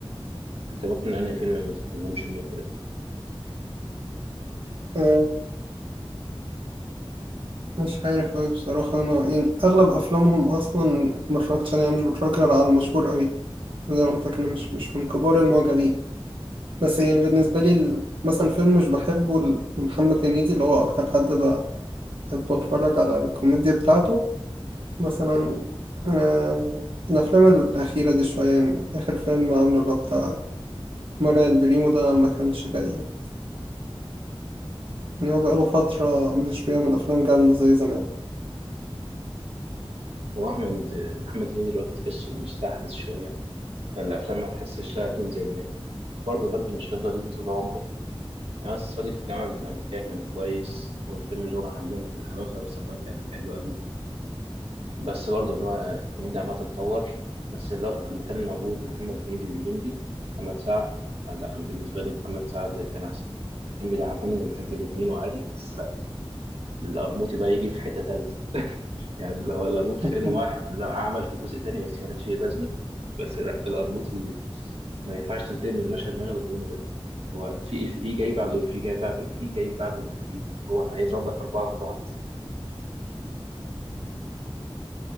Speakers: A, on the right (about 80°); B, on the right (about 60°).
A: انت ممكن انهي فيلم ما بتحبلهمش هما التلاتة
B: أه مش عارف أوي بصراحة أنا يعني أغلب أفلامهم أصلا متفرجتش عليها مش بتفرج غير على المشهور أوي زي ما قلت لك أنا مش مش من كبار المعجبين بس يعني بالنسبة لي ال- مثلا فيلم مش بحبه ل- لمحمد هنيدي اللي هو أكتر حد بحب أتفرج على الكوميديا بتاعته مثلا آه، الأفلام الأخيرة دي شوية يعني آخر فيلم عامله اللي هو بتاع مرعي البريمو ده ما كانش جيد يعني هو بقاله فترة مش بيعمل أفلام جامدة زي زمان
A: هو احمد محمد هنيدي دلوقتي تحسه مستحدث شوية فالافلام ما تحسش لها تون زي زمان برضه الغد مش هيفضل يدي طول عمره يعني بس صديق في الجامعة الأمريكية كان كويس والفيلم اللي هو همام همام في أمستردام كان حلو أوي بس برضه اللي هو الكوميديا عمالة تتطور بس لا لما كان موجود محمد هنيدي والليمبي محمد سعد فلا بالنسبة لي محمد سعد كان أحسن الليمبي ده هكون بحب الاتنين وعادي بس لا القرموطي بقى يجي في حتة تالتة <laughs> يعني هو القرموطي فيلم
B: <laughs>
A: واحد لا عمل في جزء تاني بس ما كانش ليه لازمة بس لا القرموطي ما ينفعش تنتهي من مشهد لمشهد غير متتر هو في إيه؟ في جاي بعده في جاي بعده في جاي بعده في هو هيضرب لك أربعة في بعض